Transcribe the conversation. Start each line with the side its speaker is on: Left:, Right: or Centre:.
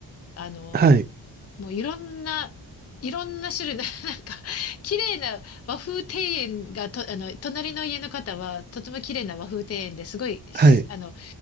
Left: あの、
Right: はい、
Left: もういろんな、いろんな種類の、<laughs> なんか、綺麗な和風庭園がと、あの、隣の家の方は、とても綺麗な和風庭園ですごい、しあの、
Right: はい。